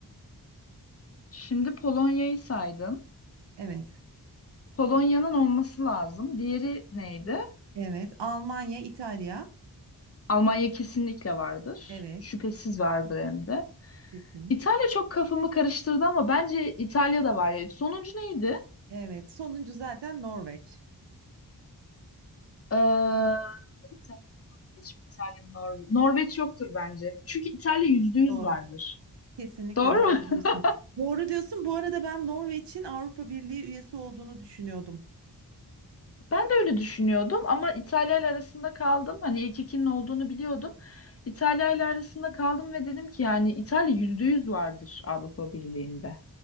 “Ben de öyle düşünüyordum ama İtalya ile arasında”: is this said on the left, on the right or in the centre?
Left